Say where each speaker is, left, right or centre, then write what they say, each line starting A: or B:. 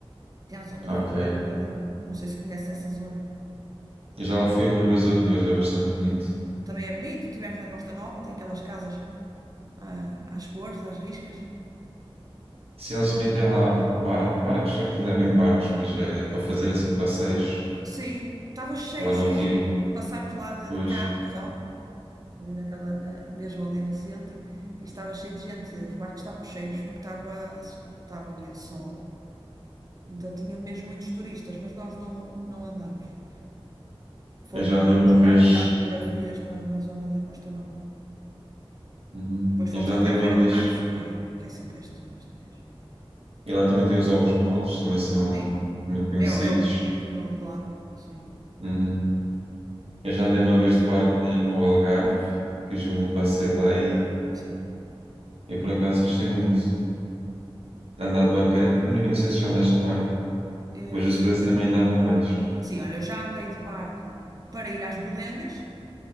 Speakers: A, on the right; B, on the right.
A: até à zona
B: ok.
A: de Aveiro, Ilhavo. Não sei se conhece essa zona.
B: Eu já lá fui uma vez ou duas, é bastante bonito.
A: Também é bonito, tivemos na Costa Nova, tem aquelas casas ah, às cores, às riscas.
B: Sim, eles também têm lá bar- barcos, aquilo não é bem barcos, mas é para fazer assim passeios
A: Sim, estava cheio,
B: lá
A: cheio,
B: no Rio.
A: cheio. Passámos lá de,
B: Pois,
A: de carro só, ali naquela, na- mesmo ali no centro, e estava cheio de gente. Os barcos estavam cheios, porque estava, estava um dia de sol. Então tinha mesmo muitos turistas, mas nós não, não andámos. Fomos
B: eu já
A: mais
B: andei uma
A: passear,
B: vez,
A: tirar fotografias na, na zona da Costa Nova.
B: uhum.
A: E depois
B: Eu
A: fomos
B: já
A: até
B: andei
A: à
B: uma
A: Feira
B: vez.
A: de Março, que, que é sempre este, este mês.
B: E lá também tem os ovos moles, também são
A: Sim,
B: muito conhecidos.
A: é, o- é o típico no- de lá. Sim,
B: Uhum. Eu já andei uma vez de barco em- no Algarve, fiz um passeio lá
A: sim.
B: Eu por acaso gostei muito de andar de barco. Eu não eu não sei se já andaste de barco,
A: Eh,
B: mas o se também andava mais.
A: sim, olha, eu já andei de barco para ir às Berlengas.